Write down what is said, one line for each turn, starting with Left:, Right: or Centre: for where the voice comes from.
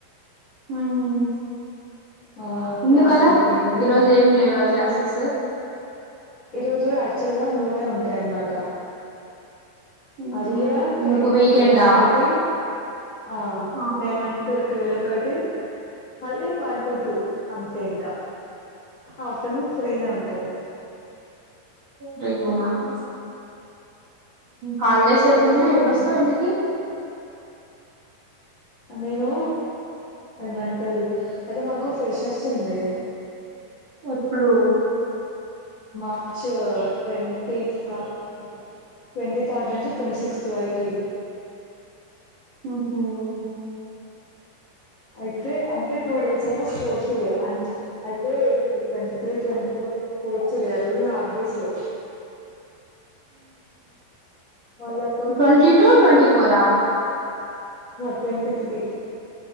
Right: ఉమ్.
Left: ఆ
Right: ఎందుకలా
Left: క్లాస్ అయిపోయింది
Right: ఈరోజు ఏం లేవా క్లాసెస్.
Left: ఈ రోజు యాక్చువల్ గా మూడే ఉంటాయి అన్నమాట.
Right: ఉహు,
Left: అది కూడా
Right: ఎందుకు
Left: టెన్
Right: వీకెండా
Left: టు లెవెన్ ఒకటి ఆహ్
Right: ఆహా
Left: లెవెన్ టు ట్వెల్వ్ ఒక్. ఒకటి మళ్ళీ వన్ టు టూ అంతే ఇంకా. ఆఫ్టర్నూన్ ఫ్రీనే ఉంటాది.
Right: Bring you ma'am. హాలిడేస్
Left: అయితే
Right: ఎప్పుడున్నాయి ఎప్పుడోస్తావు
Left: ఇంకా
Right: ఇంటికి.
Left: నేను ఏమంటారు అయితే మాకు ఫ్రెషర్స్ ఉంది.
Right: ఎప్పుడు.
Left: ఇంక ట్వాంటి థర్డ్. ట్వంటీ థర్డ్ నుంచి ట్వంటీ సిక్స్త్ వరకి.
Right: ఉమ్మ్.
Left: అయితే అంటే టూ డేస్ ఎమో స్పోర్ట్స్ డే అన్ అయితే ఏంది ట్వంటీ త్రీ ట్వంటీ ఫోర్. ఓచ్చుడే అది కూడా హాఫ్ డేసే. మళ్ళా తర్వాత
Right: ట్వంటీ టూ ట్వంటీ ఫోరా
Left: ట్వంటి త్రీ